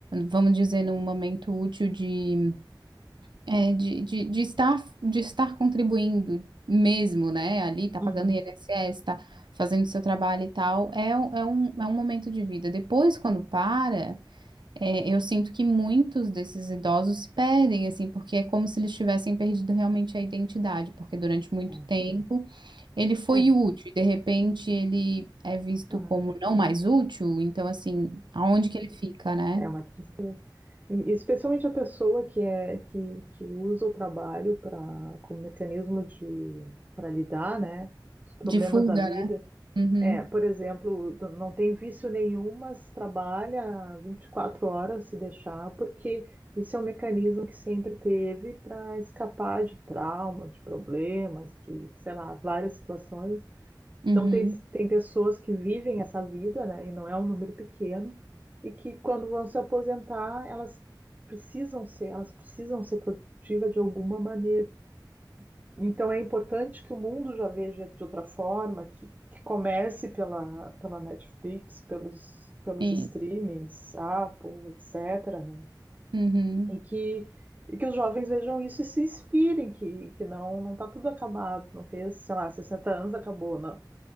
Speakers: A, on the right; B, on the right.
A: vamos dizer, num momento útil de é, de, de, de estar, de estar contribuindo mesmo, né? Ali, tá
B: Uhum.
A: pagando INSS, tá fazendo seu trabalho e tal, é, um- é um, é um momento de vida. Depois, quando para, é, eu sinto que muitos desses idosos se perdem, assim, porque é como se eles tivessem perdido realmente a identidade, porque durante muito
B: É,
A: tempo ele foi
B: é,
A: útil, e de repente ele é visto
B: ah,
A: como não mais útil, então, assim, aonde que ele fica, né?
B: é, é uma tristeza. E, especialmente a pessoa que, é, que, que usa o trabalho pra, como mecanismo de para lidar, né, com os problemas
A: De fuga,
B: da vida
A: né? Uhum,
B: É, por exemplo, do- não tem vício nenhum, mas trabalha 24 horas se deixar, porque isso é um mecanismo que sempre teve para escapar de traumas, de problemas, de, sei lá, várias situações.
A: uhum,
B: Então, tem, tem pessoas que vivem essa vida, né, e não é um número pequeno, e que quando vão se aposentar, elas precisam ser, elas precisam ser produtivas de alguma maneira. Então é importante que o mundo já veja de outra forma, que, que comece pela, pela Netflix, pelos, pelos
A: sim,
B: streamings, Apple, etc. né?
A: uhum.
B: E que, e que os jovens vejam isso e se inspirem, que, que não não está tudo acabado, não fez, sei lá, 60 anos, acabou, não.